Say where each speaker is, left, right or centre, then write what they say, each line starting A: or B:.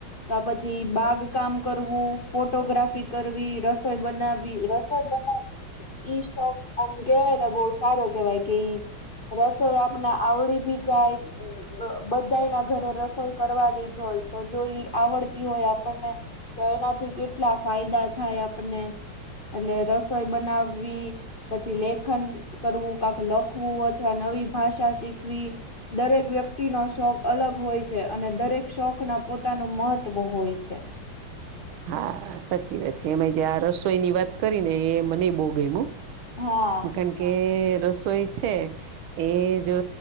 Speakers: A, on the left; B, on the right.
A: કા પછી બાગકામ કરવું ફોટોગ્રાફી કરવી રસોઈ બનાવવી રસોઈ બનાવી ઈ શોખ આમ કેવાય ને બોવ સારો કેવાય કે રસોઈ આપને આવડી ભી જાય બધાય ના ઘરે રસોઈ કરવાની જ હોય તો જો ઈ આવડતી હોય આપણને તો એનાથી કેટલા ફાયદા થાય આપણને એટલે રસોઈ બનાવવી પછી લેખન કરવું કા લખવું અથવા નવી ભાષા શીખવી દરેક વ્યક્તિ નો શોખ અલગ હોય છે, અને દરેક શોખના પોતાનું મહત્વ હોય છે. <inaudible>
B: હા સાચી વાત છે, એમાંય જે આ રસોઈની વાત કરી ને એ મને બો ગયમું.
A: હા
B: કાણકે રસોઈ છે, એ જો